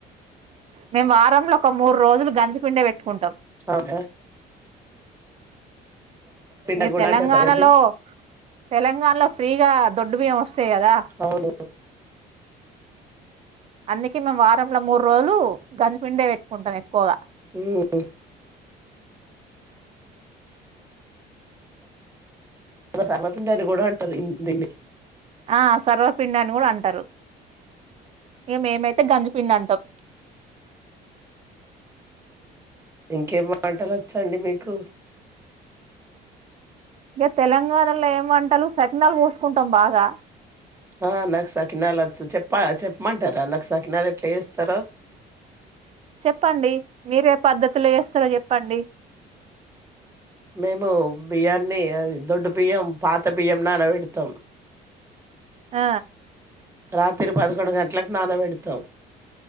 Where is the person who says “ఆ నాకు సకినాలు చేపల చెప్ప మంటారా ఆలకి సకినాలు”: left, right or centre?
Right